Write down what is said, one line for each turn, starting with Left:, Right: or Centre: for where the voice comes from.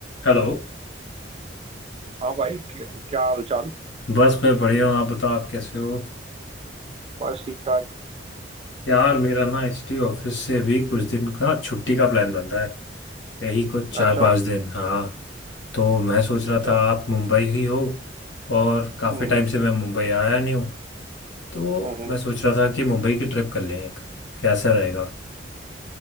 Left: हेलो
Right: हाँ भाई क्या क्या हाल चाल
Left: बस मैं बढ़िया हूँ आप बताओ आप कैसे हो
Right: बस ठीक ठाक
Left: यार मेरा ना एचटी ऑफिस से अभी कुछ दिन का छुट्टी का प्लान बन रहा है यही कुछ चार
Right: अच्छा
Left: पांच दिन हाँ तो मैं सोच रहा
Right: अच्छा
Left: था
Right: हम्म
Left: आप मुंबई ही हो और काफ़ी
Right: हम्म
Left: टाइम से मैं मुंबई आया नहीं हूँ तो
Right: हम्म हम्म।
Left: मैं सोच रहा था कि मुंबई की ट्रिप कर लें एक कैसा रहेगा